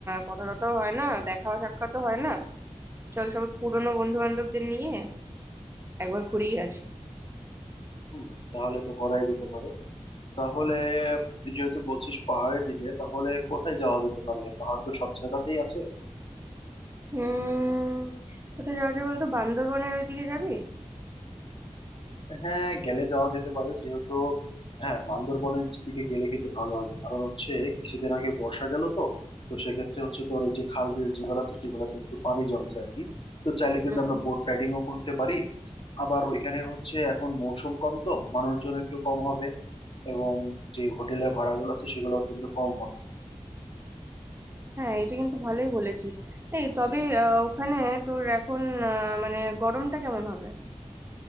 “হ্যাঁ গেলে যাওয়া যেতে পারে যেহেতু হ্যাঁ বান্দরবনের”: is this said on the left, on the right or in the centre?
Left